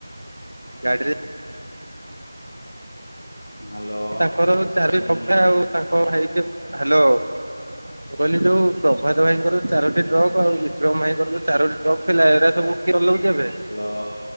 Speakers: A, on the right; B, on the left.
A: ଗାଡରେ
B: ହାଲୋ
A: ତାଙ୍କର ଚାରି
B: ହୁଁ
A: ପବଥା ଆଉ ତାଙ୍କ ହେଇ ହ୍ୟାଲୋ କହିଲି ଯୋଉ ପ୍ରଭାତ ଭାଇଙ୍କର ଚାରୋଟି ଟ୍ରକ୍ ଆଉ ବିକ୍ରମ ଭାଇଙ୍କର ଯଉ ଚାରୋଟି ଟ୍ରକ୍ ଥିଲା ଏରା ସବୁ କି ଅଲଉଚି ଏବେ।
B: Hello